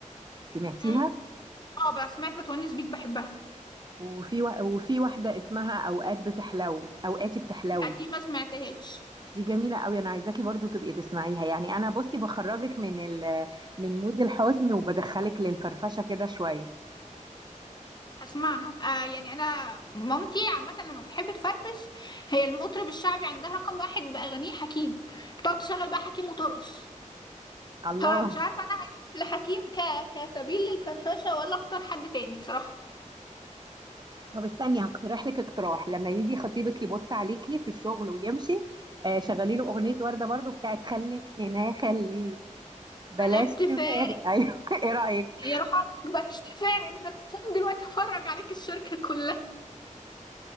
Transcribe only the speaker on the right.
سمعتيها
وفي و... وفي واحده اسمها اوقات بتحلو اوقاتي بتحلو
دي جميلة قوي انا عايزاكي برضو تبقي تسمعيها يعني انا بصي بخرجك من ال من مود الحزن وبدخلك للفرفشة كده شوية
الله
طب استني هقترح لك اقتراح لما يجي خطيبك يبص عليكي في الشغل ويمشي آه شغلي له اغنية وردة برضو بتاعت خليك هنا خليك بلاش
تفارق
<laughs> ايوه ايه رأيك